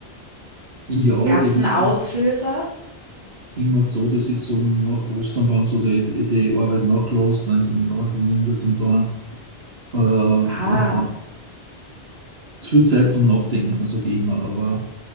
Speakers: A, on the right; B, on the right.
A: ja,
B: Gab
A: das
B: es
A: ist.
B: einen Auslöser?
A: immer so, das ist so nach Ostern, wenn so die, die Arbeit nachlässt, dann ist eben Arbeit weniger zum da äh, und
B: Ah,
A: dann zu viel Zeit zum Nachdenken, sage ich immer, aber